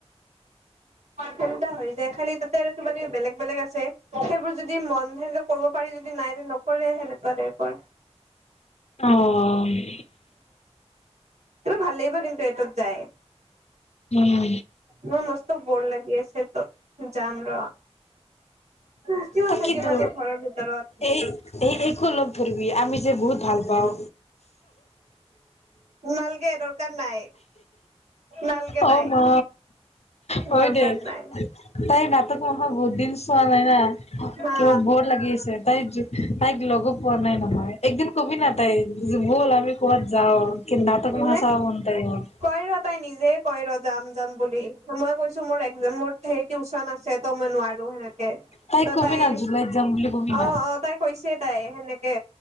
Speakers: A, on the right; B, on the left.
A: হেনেকা হৈ যায় খালি তাতে আৰু কিবা কিবি বেলেগ বেলেগ আছে। সেইবোৰ যদি মন কৰিব পাৰি যদি নাই নকৰে সেনেকুৱা টাইপৰ।
B: অহ।
A: সেইতো ভাল লাগিব কিন্তু এটোত যায়।
B: উম।
A: মোৰ মস্ত ব'ৰ লাগি আছে ত' যাম ৰ'। হো কিমান
B: তাকেতো
A: থাকিম আৰু ঘৰৰ ভিতৰত।
B: এই এই এইকো ল'গ ধৰিবি আমি যে বহুত ভাল পাওঁ।
A: নালগে দৰকাৰ নাই। নালগে
B: অ'
A: তাইক
B: মা। হয়
A: দৰকাৰ
B: দে
A: নাই
B: তাই নাটক কৰা বহুত দিন চোৱা নাই না
A: হা
B: কিবা বৰ লাগি আছে। তাই তাইক ল'গ পোৱা নাই নহয়, একদিন কবি না' তাইক ব'ল আমি ক'বাত যাওঁ। কি নাটক মাহা
A: নেক্স
B: ছাও কনতেই গ'ল ম।
A: কয় ৰ তাই নিজে কয় ৰ' যাম যাম বুলি। মই কৈছো মোৰ এক্সাম মোৰ সেই টিউচন আছে ত' মই নোৱা ৰু সেনেকে ত'
B: তাইক কবি
A: তাই
B: না জুলাইত যাম বুলি কবি না
A: অঁ অঁ তাই হৈছে তাই সেনেকে